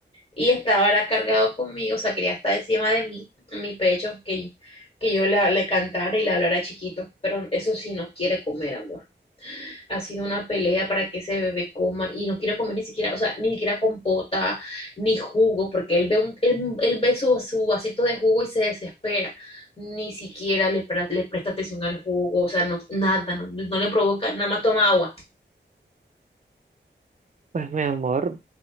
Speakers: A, on the left; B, on the right.
A: y estaba ahora cargado conmigo, o sea, quería estar encima de mí, en mi pecho, que, que yo la- le cantara y le hablara chiquito, pero eso sí no quiere comer, amor. ha sido una pelea para que ese bebé coma y no quiere comer ni siquiera, o sea, ni siquiera compota, ni jugo, porque él ve, un, él, él ve su, su vasito de jugo y se desespera. Ni siquiera le, pre- le presta atención al jugo, o sea, no, nada, no, no le provoca, nada más toma agua.
B: Pues mi amor,